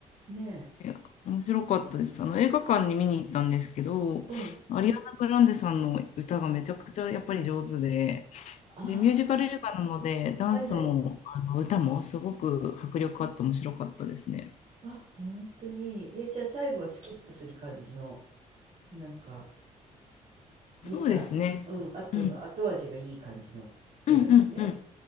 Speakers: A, on the right; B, on the left.
A: ー。ね
B: いや、面白かったです。あの映画館に見に行ったんですけど、
A: え。うん。
B: アリアナ・グランデさんの歌がめちゃくちゃやっぱり上手で、
A: ああ、
B: で、ミュージカル映画なので、ダンスもあの歌もすごく迫力あって面白かったですね。
A: はいはい。あ、本当に。え、じゃあ最後はスキッとする感じの、なんか。見た、
B: そうですね。
A: うん、後の後味がいい感じの映画ですね。
B: うん。うんうんうん